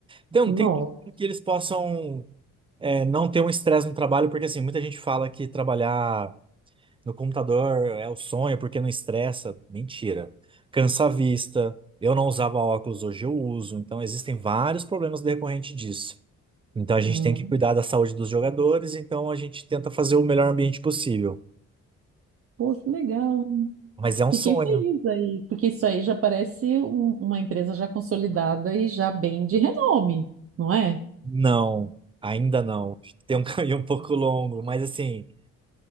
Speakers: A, on the right; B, on the right.
A: Então,
B: Nossa.
A: tem tudo que eles possam é, não ter um estresse no trabalho, porque assim, muita gente fala que trabalhar no computador é o sonho porque não estressa. Mentira. Cansa a vista. Eu não usava óculos, hoje eu uso. Então, existem vários problemas decorrentes disso. Então a gente
B: Hum.
A: tem que cuidar da saúde dos jogadores, então a gente tenta fazer o melhor ambiente possível.
B: Pô, que legal.
A: Mas é um
B: Fiquei
A: sonho.
B: feliz aí, porque isso aí já parece um- uma empresa já consolidada e já bem de renome, não é?
A: Não, ainda não. Tem um <laughs> caminho um pouco longo, mas assim,